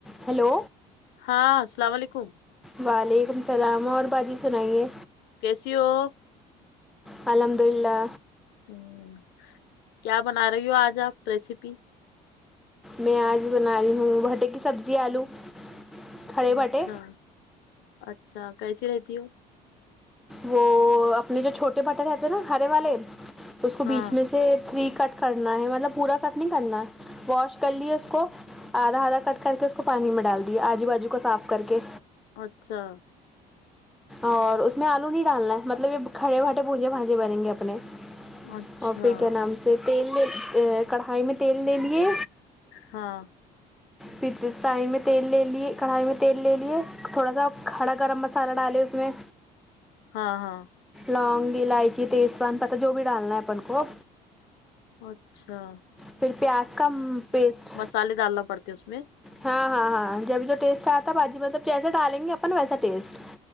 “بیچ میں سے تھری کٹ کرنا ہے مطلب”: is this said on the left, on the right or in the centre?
Centre